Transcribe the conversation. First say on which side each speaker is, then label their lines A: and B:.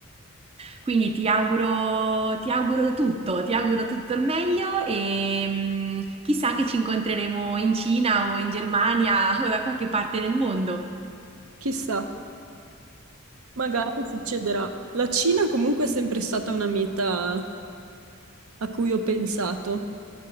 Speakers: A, on the right; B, on the right.
A: Quindi ti auguro, ti auguro tutto, ti auguro tutto il meglio e mm, chissà che ci incontreremo in Cina o in Germania <laughs> o da qualche parte nel mondo.
B: Chissà. Magari succederà. La Cina comunque è sempre stata una meta a cui ho pensato.